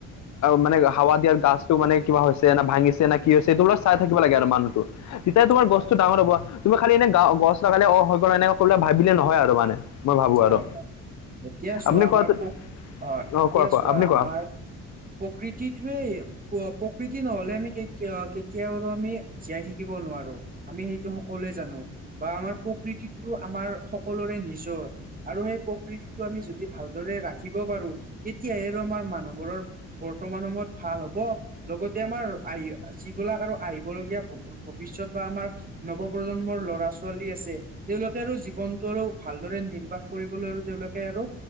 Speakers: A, on the left (about 65°); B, on the right (about 30°).
A: মানে হাৱা দিয়াৰ গছটো মানে কিবা হৈছে না ভাঙিছে না- কি হৈছে, এইটো বোলে চাই থাকিব লাগে আৰু মানুহটো। তেতিয়াই তোমাৰ
B: হয়
A: গছটো ডাঙৰ হব। তুমি খালি এনে গা গছ লগালে অহ হৈ গল এনেকে কলে ভাবিলে নহয় আৰু মানে। মই ভাবো
B: হয়
A: আৰু
B: হয়। এতিয়া চোৱা
A: আপুনি
B: আমাৰ
A: কোৱাটো
B: পোক হয়,
A: অ
B: এতিয়া
A: কোৱা কোৱা
B: চোৱা
A: আপুনি কোৱা
B: আমাৰ প্ৰকৃতিটোৱেই প্ৰকৃতি নহলে আমি কে কেতিয়াও আৰু আমি জীয়াই থাকিব নোৱাৰোঁ। আমি সেইটো সকলোৱে জানো বা আমাৰ প্ৰকৃতিটো আমাৰ সকলোৰে নিজৰ। আৰু সেই প্ৰকৃতিটো আমি যদি ভালদৰে ৰাখিব পাৰোঁ, তেতিয়াহে আৰু আমাৰ মানুহবোৰৰ বৰ্তমান সময়ত ভাল হব। লগতে আমাৰ আহি যিবিলাক আৰু আহিবলগীয়া ভৱিষ্যত বা আমাৰ নৱ প্ৰজন্মৰ লৰা ছোৱালী আছে। তেওঁলোকে আৰু জীৱনটো আৰু ভালদৰে বাস কৰিবলৈ আৰু তেওঁলোকে আৰু